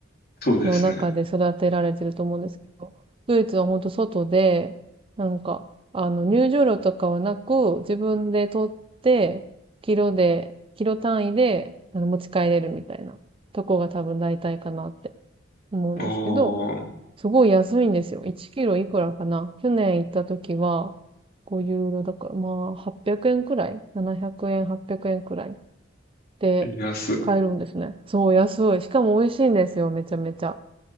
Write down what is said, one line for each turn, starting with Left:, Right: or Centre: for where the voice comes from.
Left: そうですね。
Right: の中で育てられてると思うんですけど、ドイツは本当外で、なんか、あの、入場料とかはなく、自分で取って、キロで、キロ単位で、あの、持ち帰れるみたいなとこが多分大体かなって思うんですけど、
Left: おー、
Right: すごい安いんですよ。1キロいくらかな。去年行った時は、5ユーロだから、まあ、800円くえんくらい ?700 円、800円くえんくらいで買えるんですね。
Left: 安い。
Right: そう、安い。しかも美味しいんですよ、めちゃめちゃ。